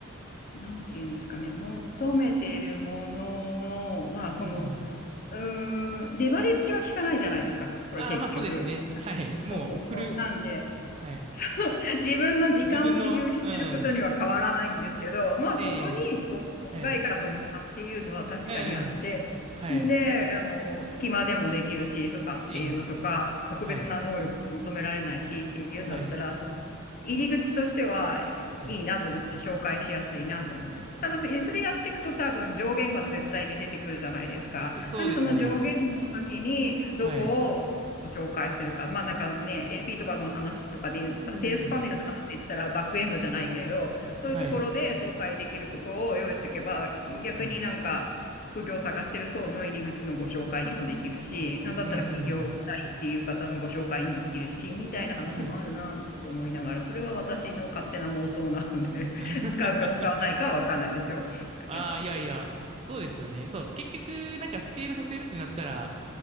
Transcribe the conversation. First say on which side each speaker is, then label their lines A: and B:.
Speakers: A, on the left; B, on the right.
A: なんていうんですかね、求めてるものの、まあその、
B: うん。
A: うーん、レバレッジは効かないじゃないですか。これ結局。
B: ああ、まあそうですね。はい。もう、
A: そうそうそう。
B: フル、
A: なんで、
B: はい。
A: <laughs> 自分の時間を切り売りしてることには変わらないんですけど、
B: 自分の、うん。
A: まあそこにこう外貨との差っていうのは確かにあって、
B: ええ、はい。うん。はい。
A: で、あの、隙間でもできるしとかっていうのとか、
B: ええ、
A: 特別な能力求められないしっていうんだったら、
B: はい。はい。
A: その入り口としてはいいなと思って、
B: はい。
A: 紹介しやすいなと思って。ただ、えそれやっていくと多分上限は絶対に出てくるじゃないですか。
B: そうですね。
A: なんでその上限の時にどこをご紹介するか。
B: はい。
A: まあなんかね、LP とかの話とかで言う、
B: うん。
A: セールスファネルの話で言ったらバックエンドじゃないけど、
B: はい。はい。
A: そういうところで紹介できることを用意しておけば、逆になんか、
B: はい。
A: 副業を探してる層の入り口のご紹介にもできるし、なんだったら起業したいっていう方のご紹介にもできるし、
B: うん。
A: みたいな話もあるなって思いながら、
B: はい。
A: それは私の勝手な妄想なので <laughs>
B: <laughs>
A: 使うか使わないかはわかんないですよ。だけど。
B: ああ、いやいや、そうですよね。そう、結局、なんかスケールさせるってなったら、